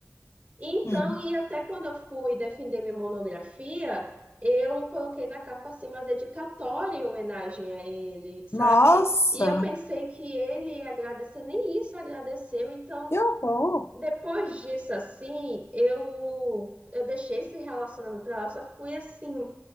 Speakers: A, on the right (about 35°); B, on the left (about 55°).
A: Então,
B: Hum.
A: e até quando eu fui defender minha monografia, eu coloquei na capa assim uma dedicatória em homenagem a ele, sabe?
B: Nossa,
A: E eu pensei que ele ia agradecer, nem isso agradeceu. Então,
B: que horror.
A: depois disso, assim, eu, eu deixei esse relacionamento pra lá, só fui assim,